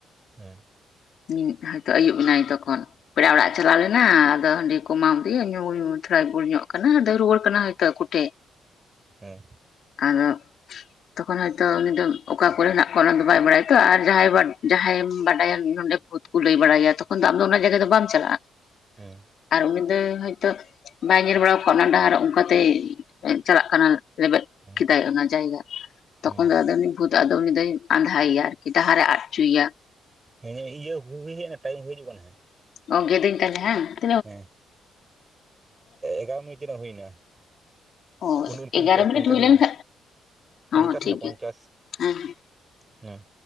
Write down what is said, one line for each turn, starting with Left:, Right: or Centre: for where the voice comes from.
Right: ᱦᱮᱸ
Left: ᱤ ᱦᱚᱭᱛᱳ ᱟᱹᱭᱩᱵ ᱮᱱᱟᱭ ᱛᱚᱠᱷᱚᱱ ᱯᱮᱲᱟ ᱚᱲᱟᱜ ᱮ ᱪᱟᱞᱟᱣ ᱞᱮᱱᱟ ᱟᱫᱚ ᱦᱟᱺᱰᱤ ᱠᱚ ᱮᱢᱟᱣᱟᱫᱮᱭᱟ ᱧᱩᱭ ᱛᱷᱚᱲᱟᱭ ᱵᱩᱞ ᱧᱚᱜ ᱠᱟᱱᱟ ᱟᱫᱚᱭ ᱨᱩᱭᱟᱹᱲ ᱠᱟᱱᱟ ᱦᱚᱭᱛᱳ ᱟᱠᱩ ᱴᱷᱮᱡ, <unintelligible>
Right: ᱦᱮᱸ
Left: ᱟᱨ ᱛᱚᱠᱷᱚᱱ ᱦᱚᱭ ᱛᱚ ᱩᱱᱤ ᱫᱚ ᱚᱠᱟ ᱠᱚᱨᱮᱱᱟᱜ ᱠᱞᱚᱱ ᱫᱚ ᱵᱟᱭ ᱵᱟᱲᱟᱭᱟ ᱛᱚ ᱟᱨ ᱡᱟᱦᱟᱸᱭ ᱡᱟᱦᱟᱸᱭᱮᱢ ᱵᱟᱰᱟᱭᱟ ᱱᱚᱰᱮ ᱵᱷᱩᱛ ᱞᱟᱹᱭ ᱵᱟᱲᱟᱭᱟ ᱛᱚᱠᱷᱚᱱ ᱫᱚ ᱟᱢᱫᱚ ᱚᱱᱟ ᱡᱟᱭᱜᱟ ᱫᱚ ᱵᱟᱢ ᱪᱟᱞᱟᱜᱼᱟ ᱾
Right: ᱦᱮᱸ
Left: ᱟᱨ ᱩᱱᱤ ᱫᱚ ᱦᱚᱳᱭᱛᱳ ᱵᱟᱭ ᱧᱮᱞ ᱵᱟᱲᱟ ᱠᱚᱟᱜ ᱚᱱᱟ ᱰᱟᱦᱟᱨ ᱚᱱᱠᱟᱛᱮ ᱪᱟᱞᱟᱜ ᱠᱟᱱᱟ ᱞᱮᱵᱮᱫ
Right: ᱦᱮᱸ
Left: ᱠᱮᱫᱟᱭ ᱚᱱᱟ ᱡᱟᱭᱜᱟ, ᱾ ᱛᱚᱠᱷᱚᱱ
Right: ᱦᱮᱸ
Left: ᱫᱚ ᱩᱱᱤ ᱵᱷᱩᱛ ᱟᱫᱚ ᱩᱱᱤ ᱫᱚᱭ ᱟᱸᱫᱷᱟᱭᱮᱭᱟ ᱟᱨᱠᱤ ᱰᱟᱦᱟᱨᱮ ᱟᱫᱪᱚᱭᱮᱭᱟ, ᱾
Right: ᱦᱮᱸ ᱤᱭᱟᱹ ᱦᱩᱭ ᱴᱟᱭᱤᱢ ᱦᱩᱭᱤᱡᱩᱜ ᱠᱟᱱᱟ
Left: ᱜ ᱜᱮᱫᱟᱹᱧ ᱛᱟᱦᱮ ᱵᱟᱝᱮᱟᱝ <unintelligible>
Right: ᱦᱮᱸ ᱮᱜᱟ ᱢᱤᱛᱤᱱᱟᱹᱜ ᱦᱩᱭ ᱮᱱᱟ
Left: ᱚ
Right: ᱩᱱ ᱯᱚᱧᱪᱟᱥ
Left: ᱮᱜᱟᱨᱚ ᱢᱤᱱᱤᱴ
Right: ᱯᱚᱧᱪᱟᱥ
Left: ᱦᱩᱭ
Right: ᱦᱩᱭᱱᱟ
Left: ᱞᱮᱱᱠᱷᱟᱱ ᱦᱚᱸ
Right: ᱯᱚᱧᱪᱟᱥᱱᱟ
Left: ᱴᱷᱤᱠ ᱜᱮᱭᱟ
Right: ᱯᱚᱧᱪᱟᱥ
Left: ᱦᱮᱸ ᱦᱮᱸ
Right: ᱦᱮᱸ